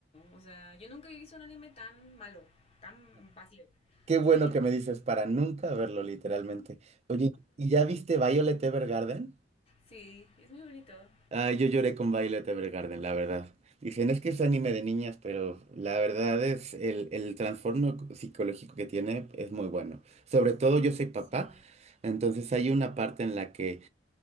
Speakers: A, on the left; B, on the right.
A: o sea, yo nunca había visto un anime tan malo, tan vacío.
B: Qué bueno
A: O sea, y eso
B: que
A: que...
B: me dices para nunca verlo, literalmente. Oye, ¿y ya viste Violet Evergarden?
A: Sí, es muy bonito.
B: Ah, yo lloré con Violet Evergarden, la verdad. Dicen, es que es anime de niñas, pero la verdad es el, el trastorno psicológico que tiene es muy bueno. Sobre todo yo soy papá,
A: Sí.
B: entonces hay una parte en la que